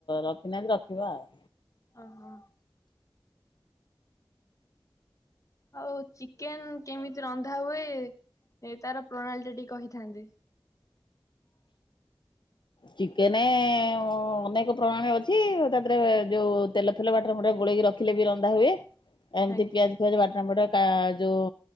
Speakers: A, on the left (about 65°); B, on the left (about 40°).
A: ରଖିନାହାନ୍ତି ରଖିବା ଆଉ।
B: ଓ ହୋ। ଆଉ ଚିକେନ୍ କେମିତି ରନ୍ଧା ହୁଏ ଏ ତାର ପ୍ରଣାଳୀ ଟା ଟିକେ କହିଥାନ୍ତେ।
A: ଚିକେନେ ଅନେକ ପ୍ରଣାଳୀ ଅଛି ଏକାଥରେ ଯୋଉ ତେଲ ଫେଲ ବାଟରେ ଫଟ ଗୋଳକି ରଖିଲେ ବି ରନ୍ଧା ହୁଏ ଆ ଏମିତି
B: ଆଜ୍ଞା
A: ପିଆଜ୍ ପିଆଜ ବାଟଣ ଫାଟଣ କା ଯୋଉ